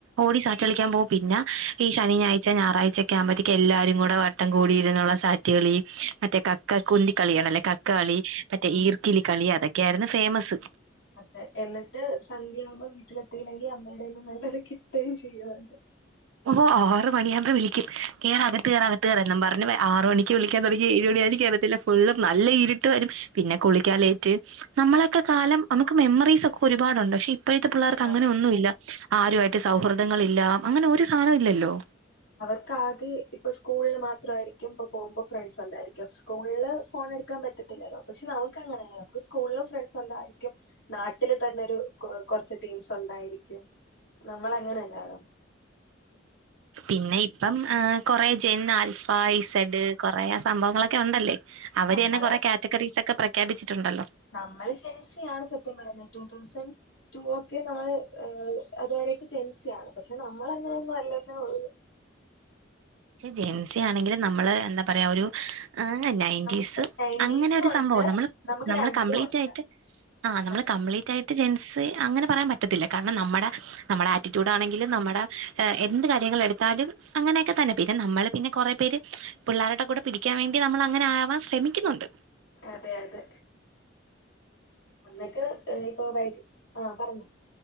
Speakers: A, on the right; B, on the left.
A: ഓടി സാറ്റ് കളിക്കാൻ പോവും പിന്നെ ഈ ശനിയാഴ്ച ഞായറാഴ്ച മ്പോത്തേക്കും എല്ലാരും കൂടെ വട്ടം കൂടിരുന്നുള്ള സാറ്റുകളി മറ്റേ ക ക കുന്തി കളിയാണല്ലെ കക്കാളി മറ്റേ
B: ആഹ്
A: ഈർക്കിലി കളി അതൊക്കെ ആയിരുന്നു ഫേമസ്
B: അതെ എന്നിട്ട് സന്ധ്യയാവുമ്പോ വീട്ടിലെത്തിയില്ലെങ്കിൽ അമ്മയുടെന്നും നല്ലത് കിട്ടുകയും ചെയ്യാരുന്നു
A: ഓഹ് ആറ് മണിയാവുമ്പോ വിളിക്കും കേറകത്ത് കേറ് അകത്ത് കേറ് എന്നും പറഞ് ആറ് മണിക്ക് വിളിക്കാ തുടങ്ങി ഏഴ് മണിയാലും കയറ ത്തില്ല ഫുള്ള് നല്ല ഇരിട്ട് വരും പിന്നെ കുളിക്കാലേറ്റ് നമ്മളൊക്കെ കാലം നമുക്ക് മെമ്മറീസ് ഒക്കെ ഒരുപാടുണ്ട് പക്ഷെ ഇപ്പഴത്തെ പിള്ളേർക്ക്
B: ആണ്
A: അങ്ങനെ ഒന്നും ഇല്ല ആരുമായിട്ട് സൗഹൃദങ്ങൾ ഇല്ല അങ്ങനെ ഒരു സാനം ഇല്ലല്ലോ
B: അവർക്ക് ആകെ ഇപ്പ സ്കൂളിൽ മാത്രവായിരിക്കും ഇപ്പ പോകുമ്പോ ഫ്രണ്ട്സ് ഉണ്ടായിരിക്ക സ്കൂളില് ഫോൺ എടുക്കാൻ പറ്റത്തി ത്തില്ലല്ലോ പക്ഷെ നമുക്കങ്ങനല്ല നമുക്ക് സ്കൂളിലും ഫ്രണ്ട്സ് ഉണ്ടായിരിക്കും നാട്ടിൽ തന്നെ ഒരു കുറച്ച് ടീംസ് ഉണ്ടായിരിക്കും നമ്മൾ അങ്ങനെല്ലാല്ലോ
A: പിന്നെ ഇപ്പം കൊറെ ജെൻ ആൽഫ സഡ് കുറെേ സംഭവങ്ങളൊക്കെ ഉണ്ടല്ലേ അവര്
B: നമ്മള്
A: തന്നെ കൊറെ കാറ്റഗറീസ് ഒക്കെ പ്രഖ്യാപിച്ചിട്ടുണ്ടല്ലോ
B: നമ്മൾ ജെൻസ ആാണ് സത്യം പറയുന്നത് ടു തൗസൻഡ് ഒക്കെ നമ്മള് അതുവരെയൊക്കെ ജെൻസ ആണ് പക്ഷെ നമ്മള അങ്ങനെ ഒന്നും അല്ലതെ ഒഴു
A: ജെൻ ആണെങ്കിൽ നമ്മള് എന്താ പറയാ ഒരു നയന്റ്റീസ്
B: നമുക്ക് നയന്റീസും
A: അങ്ങനെ ഒരു
B: ഉണ്ട്
A: സംഭവം നമ്മള്
B: നമുക്ക്
A: നമ്മള്
B: രണ്ടും
A: കംപ്ലീറ്റ്
B: ഉണ്ട്
A: ആയിട്ട് ആ് നമ്മള്
B: അതെ
A: കംപ്ലീറ്റ് ആയിട്ട് ജെൻസ് അങ്ങനെ പറയാൻ പറ്റത്തില്ല കാരണം നമ്മുടെ നമ്മുടെ ആറ്റിറ്റ്യൂഡ് ആണെങ്കിലും നമ്മുടെ എന്ത് കാര്യങ്ങൾ എടുത്താലും അങ്ങനെ ക്കെ തന്നെ പിന്നെ നമ്മള് പിന്നെ കൊറെ പേ പിള്ളേരുടെ കൂടെ പിടിക്കാൻ വേണ്ടി നമ്മൾ അങ്ങനെ ആവാൻ ശ്രമിക്കുന്നുണ്ട്.
B: അതെ അതെ ഒന്നൊക്കെ ഇപ്പൊ വൈ ആഹ പറഞ്ഞോ